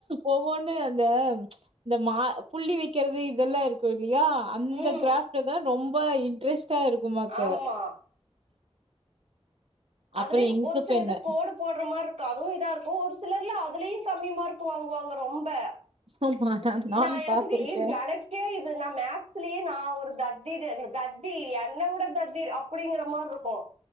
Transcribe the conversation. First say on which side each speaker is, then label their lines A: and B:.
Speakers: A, on the right; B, on the right.
A: ஒவ்வொன்னு இந்த இந்த மா புள்ளி வைக்கிறது இதெல்லா இருக்கு இல்லையா அந்த
B: ம்
A: கிராஃப்டு தா ரொம்ப இன்ட்ரெஸ்டா இருக்குமாக்கு
B: ஆமா அதுலயே
A: அப்புறம் இங்க்
B: ஒரு சில
A: பென்னு
B: இத கோடு போடுற மாரி இருக்காவு இதா இருக்கு ஒரு சிலர்லா அதுலயு கம்மி மார்க் வாங்குவாங்க ரொம்ப
A: ஆமா நான் நானும்
B: நா எனத்துக்கு
A: பாத்திருக்கேன்
B: ஏ எனக்கே இது நா மேக்ஸ்லயே நா ஒரு தத் தி தெதி தத்தி என்ன விட தத்தி அப்டிங்குற மார் இருக்கு